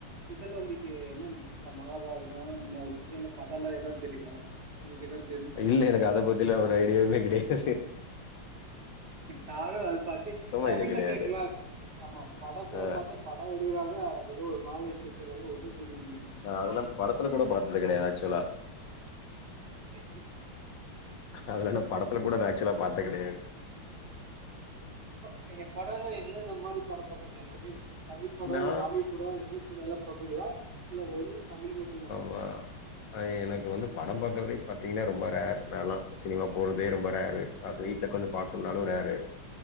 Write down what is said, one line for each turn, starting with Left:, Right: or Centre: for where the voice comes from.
Right: இதெல்லா உங்களுக்கு என்ன இந்த மகாபாரதொ இந்த இதெல்ல கதல்லா எதான்னு தெரியுமா உங்களுக்கு எதான்
Left: இல்ல எனக்கு அத பத்திலா ஒரு ஐடியாவுமே கெடையாது
Right: நானு அது பாத்து தமிழ்ல
Left: ஐடியா கெடையாது
Right: கேக்கலா ஆமா படத்துல
Left: ஆ
Right: பாத்தா படோ எடுகறாங்க அது எதோ ஒரு மாரி எடுத்து வச்சுருக்காங்க ஒன்னும் புரியமாட்டிங்குது
Left: நா அதெல்லா படத்துல கூட பாத்தது கெடயாது ஆக்சுவலா
Right: ஓகே.
Left: அதுலா நா படத்துல கூட நா ஆக்சுவலா பாத்தெ கெடையாது
Right: ப எ படோனா என்னன்ன மாரி படொ பாப்பீங்க ஐ மீன் தமிழ் படொ
Left: நா
Right: இ ஹாலிவுட் படொ இங்கிலீஷ் படொ எல்லா பாப்பீங்ளா இல்ல வெறு தமிழ் மட்டுந்தானா
Left: ப பாய் எனக்கு வந்து படம் பாக்கறதே பாத்தீங்கன்னா ரொம்ப ரேர் நாலா சினிமா போறதே ரொம்ப ரேரு அத வீட்ல உக்காந்து பாக்குன்னாலு ரேரு